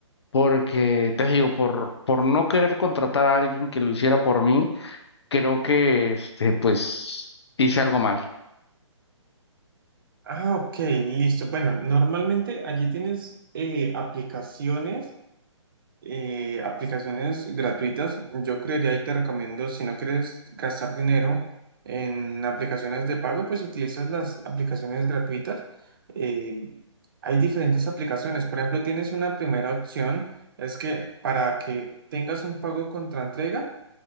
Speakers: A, on the left (about 60°); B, on the right (about 45°).
A: porque te digo, por, por no querer contratar a alguien que lo hiciera por mí, creo que este, pues hice algo mal.
B: Ah, ok, listo. Bueno, normalmente allí tienes eh, aplicaciones. eh, aplicaciones gratuitas. Yo creería y te recomiendo, si no quieres gastar dinero en aplicaciones de pago, pues utilizas las aplicaciones gratuitas. Eh, hay diferentes aplicaciones. Por ejemplo, tienes una primera opción, es que para que tengas un pago contra entrega,